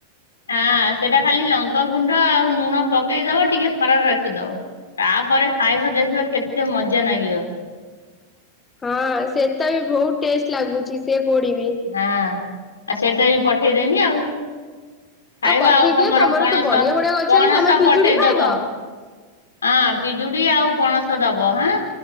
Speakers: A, on the left; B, on the left.
A: ହଁ ସେଟା ଖାଲି ଲଙ୍କା ଗୁଣ୍ଡ ଆଉ ଲୁଣ ପକେଇଦବ ଟିକେ ଖରାରେ ରଖିଦବ। ତାପରେ ଖାଇବା ଦେଖିବ କେତେ ମଜା ନାଗିବ।
B: ହଁ ସେ ତା ବି ବୋହୁତ୍ ଟେଷ୍ଟ୍ ଲାଗୁଛି ସେ କୋଡିବି
A: ହଁ, ଆଉ ସେଟାବି ପଠେଇଦେମି ଆଉ। ଖାଇବ
B: ପଠେଇ
A: ଆଉ ତମର
B: ଦିଅ
A: ପଣସ,
B: ତ ବଢିଆ ବଢିଆ ଗଛ
A: ପଣସ
B: ଅଛି ତମେ ପିଜୁଳି
A: ପଠେଇଦବ।
B: ଖାଇବ
A: ହଁ ପିଜୁଡି ଆଉ ପଣସ ଦବ ହାଁ,